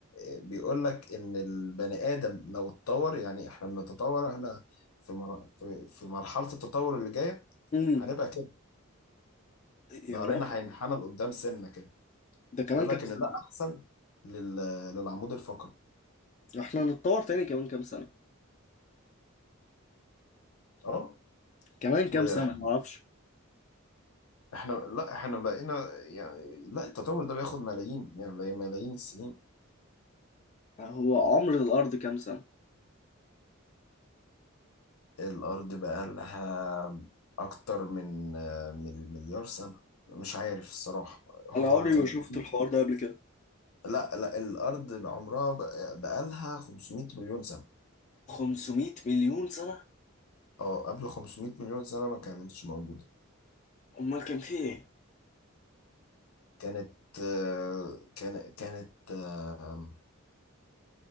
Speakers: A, on the left; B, on the left.
A: آه، بيقول لك ان البني ادم لو اتطور يعني احنا بنتطور احنا في مر... في في مرحلة التطور اللي جاية
B: امم
A: هنبقى كده
B: يا
A: ظهرنا
B: راجل
A: هينحنى لقدام سنة كده
B: ده كمان
A: يقول
B: كام
A: لك
B: سنة
A: ان ده احسن لل... للعمود الفقري
B: احنا هنتطور تاني كمان كام سنة
A: اه
B: كمان كام
A: واحنا
B: سنة ما اعرفش
A: احنا لا احنا بقينا يعني لا التطور ده بياخد ملايين يعني ملايين السنين
B: هو عمر الأرض كام سنة
A: الارض بقى لها اكتر من من مليار سنة مش عارف الصراحة هو
B: انا عمري
A: كان
B: ما شفت
A: في
B: الحوار ده قبل كده
A: لا لا الارض عمرها بقى لها 500 مليون سنة
B: 500 مليون سنة
A: اه قبل 500 مليون سنة ما كانتش موجودة
B: امال كان فيه ايه
A: كانت آه، كان كانت آه،